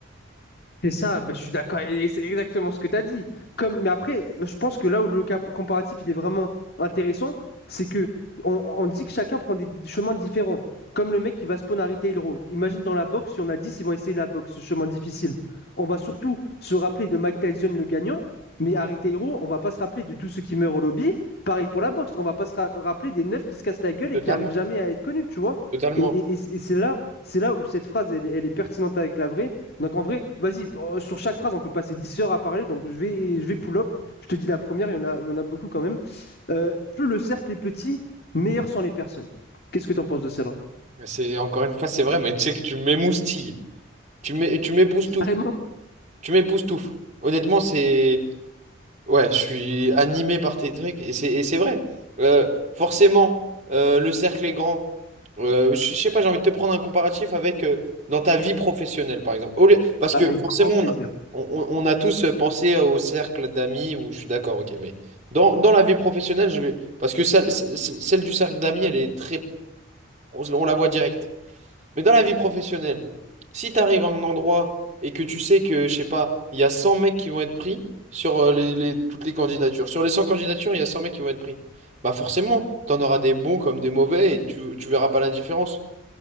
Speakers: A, on the left (about 50°); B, on the right (about 35°).
A: C'est ça, ben, je suis d'accord, et c'est exactement ce que tu as dit. Comme, mais après, euh, je pense que là où le cas comparatif il est vraiment intéressant, c'est que on, on dit que chacun prend des chemins différents. Comme le mec qui va spawn à Retail Row. Imagine dans la boxe, si on a 10, ils vont essayer la boxe, ce chemin difficile. On va surtout se rappeler de Mike Tyson le gagnant, mais à Retail Row, on va pas se rappeler de tous ceux qui meurent au lobby. Pareil pour la boxe, on va pas se ra- rappeler des neufs qui se cassent la gueule
B: Totalement.
A: et qui arrivent jamais à être connus, tu vois.
B: Totalement.
A: Et, et- et- et c'est là, c'est là où cette phrase, elle, est elle est pertinente avec la vraie donc en vrai, vas-y, euh, sur chaque phrase, on peut passer 10 heures à parler. Donc je vais, je vais pull-up. Je te dis la première, il y en a, il y en a beaucoup quand même. Euh, plus le cercle est petit, meilleur sont les personnes. Qu'est-ce que tu en penses de celle-là?
B: C'est encore une fois, c'est vrai, mais tu sais que tu m'émoustilles. Tu m'é- tu m'époustoufles.
A: Carrément,
B: Tu m'époustoufles. Honnêtement, c'est Ouais, je suis animé par tes trucs et c'est et c'est vrai. Euh, forcément, euh, le cercle est grand. Euh, je je sais pas, j'ai envie de te prendre un comparatif avec euh, dans ta vie professionnelle, par exemple. Au lieu- parce
A: avec
B: que forcément,
A: grand plaisir.
B: on a, on, on- on a tous euh, pensé au cercle d'amis où je suis d'accord, ok, mais dans, dans la vie professionnelle, je vais, parce que celle, celle celle du cercle d'amis, elle est très, on, se- on la voit direct. Mais dans la vie professionnelle, si tu arrives à un endroit et que tu sais que, je sais pas, il y a 100 mecs qui vont être pris sur euh, les, les- toutes les candidatures. Sur les 100 candidatures, il y a 100 mecs qui vont être pris. Bah forcément, tu en auras des bons comme des mauvais et tu, tu verras pas la différence.